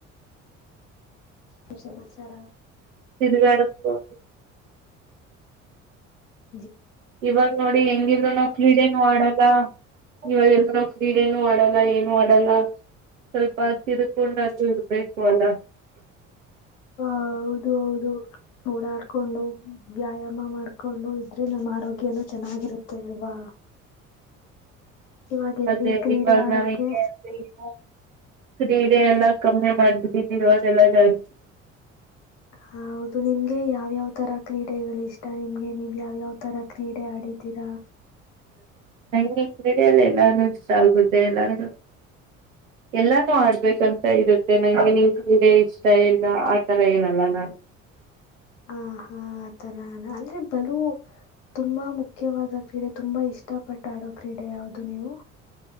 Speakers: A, on the left; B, on the right.
A: ಹು ಸಮಾಚಾರ
B: ಸಿರಿಗಾಡದುಕ
A: ಹ
B: ಇವಾಗ ನೋಡಿ ಹೆಂಗಿದ್ರು ನಾವ್ ಕ್ರೀಡೆನು ಮಾಡಲ್ಲ ಇವಾಗ ಎಲ್ಲ ನಾವ ಕ್ರೀಡೆನು ಆಡಲ್ಲ ಏನು ಆಡಲ್ಲ ಸ್ವಲ್ಪ ಸಿರುಕೊಂಡ್ ಅದು ಇರ್ಬೇಕು <unintelligible>
A: ಹ ಹೌದು ಹೌದು ಓಡಾಡ್ಕೊಂಡು ವ್ಯಾಯಾಮ ಮಾಡ್ಕೊಂಡು ಇದ್ರೆ ನಮ್ಮ ಆರೋಗ್ಯನೂ ಚೆನ್ನಾಗಿರುತ್ತೆ ಅಲ್ವಾ ಇವಾಗ ಎಲ್ಲಿ
B: ಅದೇ
A: ಕ್ರೀಡೆ
B: ಈವಾಗ
A: ಆಡೋಕೆ
B: ನಮ್ಗೆ ಅಂತ ಏನು ಕ್ರೀಡೆ ಎಲ್ಲಾ ಕಮ್ಮಿ ಮಾಡ್ಬಿದ್ದಿದ್ದಿ ಇವಾಗೆಲ್ಲ ಸರಿ
A: ಹೌದು ನಿಮ್ಗೆ ಯಾವ್ಯಾವ್ ತರ ಕ್ರೀಡೆಗಳಿಷ್ಟ. ನಿಮಗೆ ನೀವ್ ಯಾವಯಾವ ತರ ಕ್ರೀಡೆ ಆಡಿದ್ದೀರ
B: ನಂಗೆನ್ ಕ್ರೀಡೆೆಯಲ್ಲಿ ಎಲ್ಲಾನು ಇಷ್ಟ ಆಗ್ಗುತ್ತೆ ಎಲ್ಲಾನು ಎಲ್ಲಾನು ಆಡ್ಬೇಕಂತ ಇರುತ್ತೆ ನಂಗೆ ನೀನ್ ಕ್ರೀಡೆ ಇಷ್ಟ ಇಲ್ಲ ಆತರ ಏನಲ್ಲ ನಾನು.
A: ಆ ಹಾ ಆ ತರ ಅಂದ್ರೆ ಬಲು ತುಂಬಾ ಮುಖ್ಯವಾದ ಕ್ರೀಡೆ ತುಂಬಾ ಇಷ್ಟಪಟ್ಟ ಆಡೋ ಕ್ರೀಡೆ ಯಾವುದು ನೀವು.